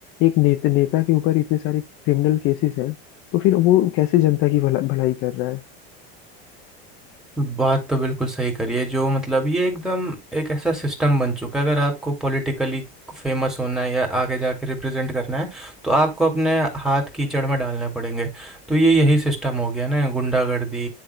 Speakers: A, on the left; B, in the centre.
A: एक नेता नेता के ऊपर इतने सारे क्रिमिनल केसेस हैं तो फिर वो कैसे जनता की भला, भलाई कर रहा है
B: बात तो बिल्कुल सही करी है जो मतलब ये एकदम एक ऐसा सिस्टम बन चुका है अगर आपको पॉलिटिकली फेमस होना है या आगे जाके रिप्रेजेंट करना है तो आपको अपने हाथ कीचड़ में डालने पड़ेंगे तो ये यही सिस्टम हो गया ना गुंडागर्दी